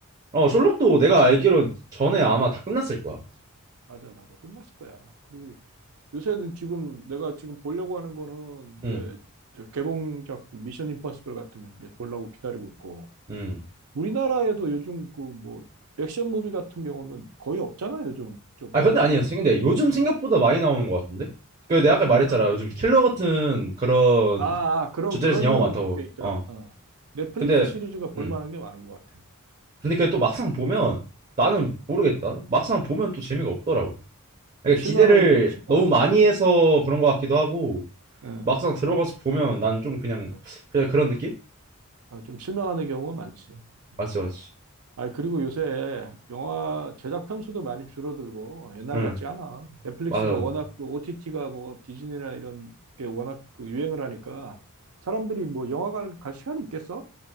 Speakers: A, on the right; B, on the right.
A: 어, 셜록도 내가 알기론 전에 아마
B: 어,
A: 다 끝났을 거야.
B: 맞아, 맞아. 끝났을 거야. 그리고 요새는 지금 내가 지금 보려고 하는 거는 이제
A: 음.
B: 저 개봉 작품 미션 임파서블 같은 거 이제 보려고 기다리고 있고
A: 음.
B: 우리나라에도 요즘 그 뭐 액션 무비 같은 경우는 거의 없잖아요. 요즘 좀
A: 아 근데
B: 뭐
A: 아니었어.
B: 좀
A: 근데 요즘 생각보다 많이 나오는 것 같은데? 그 내가 아까 말했잖아.
B: 요즘
A: 요즘 킬러 같은 그런
B: 아, 아, 그런
A: 주제에서
B: 그런
A: 영화
B: 류는
A: 많다고.
B: 꽤 있더라.
A: 어.
B: 어. 넷플릭스
A: 근데
B: 시리즈가 볼
A: 음.
B: 만한 게 많은 것 같아.
A: 근데 그게 또 막상 보면 나는
B: 음.
A: 모르겠다. 막상 보면 또 재미가 없더라고. 그러니까
B: 그 실망하게
A: 기대를
B: 실망.
A: 너무 많이 해서 그런 것 같기도 하고
B: 예,
A: 막상 들어가서 보면 난 좀 그냥
B: 예.
A: 그냥 그런 느낌?
B: 아, 좀 실망하는 경우가 많지. 음.
A: 맞지 맞지.
B: 아, 그리고 요새 영화 제작 편수도 많이 줄어들고 옛날
A: 응.
B: 같지 않아. 넷플릭스가
A: 맞아 맞아.
B: 워낙 그 OTT가 뭐 디즈니나 이런 게 워낙 그 유행을 하니까 사람들이 뭐 영화관 갈 시간이 있겠어?